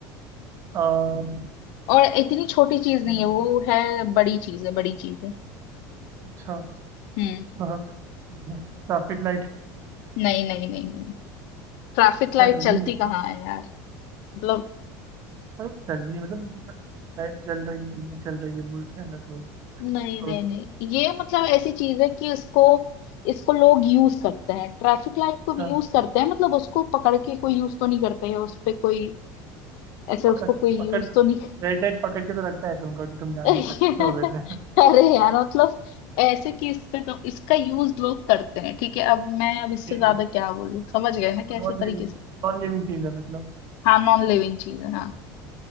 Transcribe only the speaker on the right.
अम,
अम,
अच्छा
हाँ Traffic light
लिविंग
मतलब चलनी मतलब लाइट जल रही है नहीं चल रही है बोल रहे हैं ना तो,
तो
अच्छा
पकड़
पकड़
रेड लाइट पकड़ के तो रखता है तुमको कि तुम जा
नहीं सकते हो वैसे <laughs>
ठीक
है
Non
living
नॉन लिविंग चीज है मतलब